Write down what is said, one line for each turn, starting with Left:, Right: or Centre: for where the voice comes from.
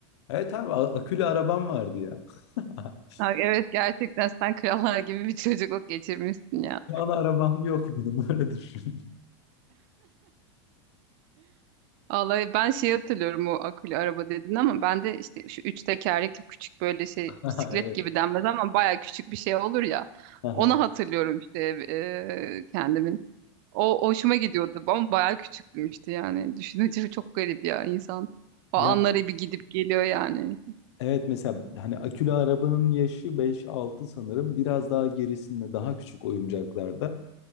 Left: Evet abi a- akülü arabam vardı ya. <laughs>
Right: Ha, evet gerçekten sen krallar gibi bir çocukluk geçirmişsin ya.
Left: Şu an arabam yok <laughs> benim öyle düşün.
Right: Vallahi ben şey hatırlıyorum o akülü araba dedin ama ben de işte şu üç tekerlekli küçük böyle şey
Left: <laughs>
Right: bisiklet
Left: Evet.
Right: gibi denmez ama baya küçük bir şey olur ya.
Left: <laughs>
Right: Onu hatırlıyorum işte e, kendimin. O hoşuma gidiyordu ama baya küçüktüm işte yani. Düşününce <laughs> çok garip ya insan. O
Left: Ya
Right: anları bir gidip geliyor yani.
Left: Evet mesela hani akülü arabanın yaşı beş altı sanırım. Biraz daha gerisinde daha küçük oyuncaklarda.